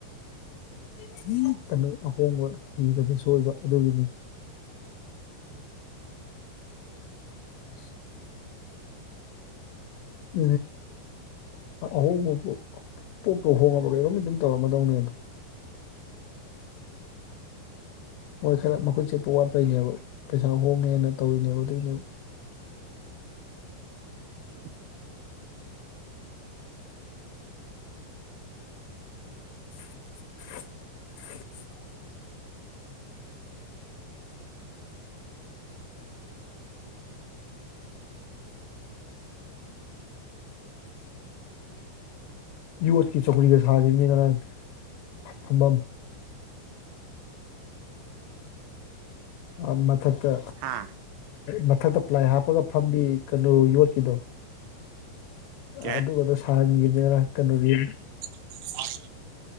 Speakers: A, on the left; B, on the right.
A: ꯀꯩꯅꯣ ꯑꯍꯣꯡꯕ ꯊꯤꯕꯗꯁꯦꯏꯕ ꯑꯗꯨꯒꯤꯅꯤ꯫ <unintelligible> <unintelligible> ꯑꯍꯣꯡꯕ ꯄꯣꯠ ꯄꯣꯠꯄꯨ ꯍꯣꯡꯉꯕ ꯀꯩꯅꯣꯝꯗꯤ ꯑꯗꯨꯝ ꯇꯧꯔꯝꯃꯗꯧꯅꯦꯗꯣ꯫ ꯃꯣꯏ ꯈꯔ ꯃꯈꯨꯠ ꯆꯦꯠꯄ ꯋꯥꯠꯄꯩꯅꯦꯕ ꯄꯩꯁꯥ ꯍꯣꯡꯉꯦꯅ ꯇꯧꯔꯤꯅꯦꯕ ꯑꯗꯨꯏꯅꯦꯕ꯫
B: <unintelligible>
A: <unintelligible> ꯌꯣꯠꯀꯤ ꯆꯧꯀ꯭ꯔꯤꯗ ꯁꯥꯔꯤꯕꯅꯤ ꯉꯔꯥꯡ ꯐꯝꯕꯝ꯫ ꯑꯥ ꯃꯊꯛꯇ
B: ꯍꯥ
A: ꯃꯊꯛꯇ ꯄ꯭ꯂꯥꯏ ꯍꯥꯞꯄꯒ ꯐꯝꯕꯤ ꯀꯩꯅꯣ ꯌꯣꯠꯀꯤꯗꯣ ꯑꯥ
B: ꯀꯩ
A: ꯑꯗꯨꯒꯗꯣ ꯁꯥꯍꯟꯒꯤꯕꯅꯤ ꯉꯔꯥꯡ ꯀꯩꯅꯣꯒꯤ
B: <unintelligible>